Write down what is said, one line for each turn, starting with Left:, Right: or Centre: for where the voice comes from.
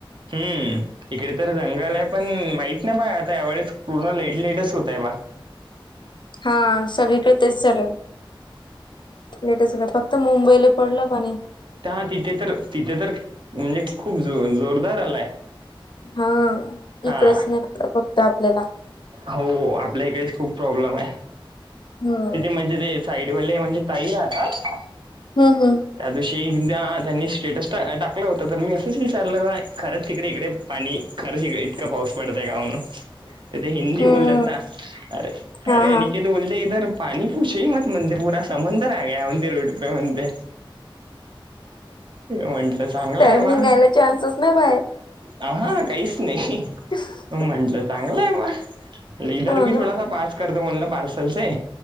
Right: हम्म. इकडे तर रंगल आहे पण माहित नाही बा आता यावेळेस पूर्ण लेट लेटच होतय बा.
Left: हा सगळीकडे तेच चालू आहे. लेटेस्ट होता फक्त मुंबईला पडला पणी.
Right: हा तिथे तर तिथे तर म्हणजे खूप जो जोरदार आलाय.
Left: हा.
Right: हा
Left: इकडेच नाही फक्त आपल्याला
Right: हो आपल्या इकडेच खूप प्रॉब्लेम आहे.
Left: हम्म
Right: तिथे म्हणजे ते साईडवाले म्हणजे ताई राहतात?
Left: हम्म हम्म
Right: त्या दिवशी एकदा त्यांनी स्टेटस टा टाकलं होतं तर मी असंच विचारलं का खरंच तिकडे इकडे आणि खरं श इतक पाऊस पडतय का हणून तर ते हिंदी
Left: हम्म
Right: बोलतात ना अरे
Left: हा
Right: अरे अनिकेत
Left: हा
Right: बोलते इधर पाणी प पुछे मत म्हणते पूरा समंदर आग म्हणते रोड पे म्हणते. म्हंटलं चांगलंय
Left: त्याला
Right: बा.
Left: निघायला चान्सच नाही बाहेर.
Right: ह हा काहीच नाही.
Left: त <inaudible>
Right: म्हटलं चांगलं आहे बा इदर
Left: हो
Right: बी
Left: ना
Right: थोडासा पाच करतो म्हणलं पार्सलचे